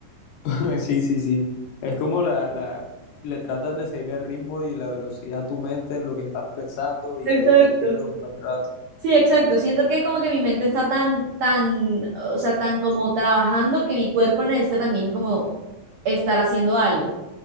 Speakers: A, on the left (about 75°); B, on the right (about 75°).
A: <laughs> Sí, sí, sí. Es como la, la, le tratas de seguir el ritmo y la velocidad a tu mente en lo que estás pensando y
B: Exacto.
A: ahí te pierdes un buen rato.
B: Sí, exacto. Siento que como que mi mente está tan, tan, o sea, tan como trabajando que mi cuerpo necesita también como estar haciendo algo.